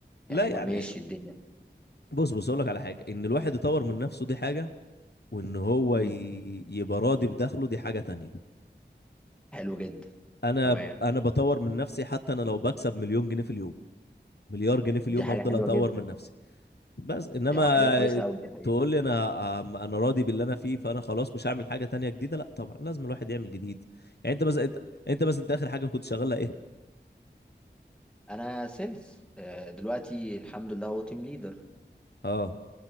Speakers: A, on the left; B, in the centre.
A: لا
B: يعني
A: يعني
B: ما- ماشي الدنيا
A: بص بص اقول لك على حاجه ان الواحد يطور من نفسه دي حاجه وان هو
B: امم
A: ي- يبقى راضي بدخله دي حاجه تانية
B: حلو جدا
A: انا
B: تمام
A: انا بطور من نفسي حتى انا لو بكسب مليون جنيه في اليوم مليار جنيه في اليوم
B: دي حاجة
A: هفضل
B: حلوة
A: اطور
B: جدا
A: من نفسي بس انما
B: دي عقلية كويسة قوي دي حقيقة
A: تقول لي انا أم- انا راضي باللي انا فيه فانا خلاص مش هعمل حاجه تانية جديده لا طبعا لازم الواحد يعمل جديد يعني انت بس انت انت بس انت اخر حاجه كنت شغاله ايه
B: انا سيلز آه، دلوقتي الحمد لله هو تيم ليدر
A: اه